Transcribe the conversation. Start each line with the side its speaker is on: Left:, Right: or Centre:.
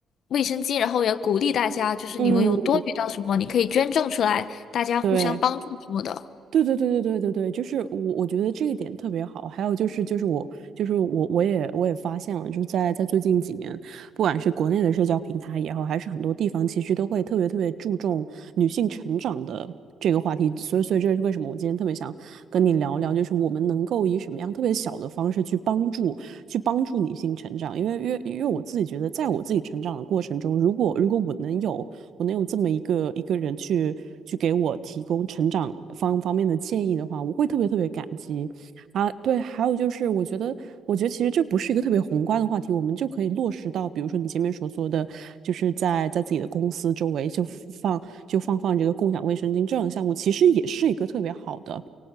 Left: 卫生巾，然后也鼓励大家，就是你们有多余到什么，
Right: 嗯，
Left: 你可以捐赠出来，大家互相帮助什么的。
Right: 对。对对对对对对对，就是我我觉得这一点特别好。还有就是，就是我就是我我也我也发现了，就是在在最近几年，不管是国内的社交平台也好，还是很多地方，其实都会特别特别注重女性成长的这个话题。所以所以这是为什么我今天特别想跟你聊聊，就是我们能够以什么样特别小的方式去帮助去帮助女性成长。因为因为因为我自己觉得，在我自己成长的过程中，如果如果我能有我能有这么一个一个人去去给我提供成长方方面的建议的话，我会特别特别感激。啊，对，还有就是，我觉得，我觉得其实这不是一个特别宏观的话题，我们就可以落实到，比如说你前面所说的，就是在在自己的公司周围就放就放放这个共享卫生巾这样的项目，其实也是一个特别好的、